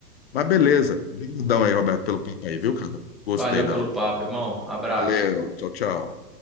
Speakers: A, on the left; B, in the centre.
A: Mas beleza. Obrigadão aí, Roberto, pelo papo aí, viu, cara? Gostei
B: Valeu
A: da
B: pelo papo, irmão. Abraço.
A: Valeu, tchau, tchau.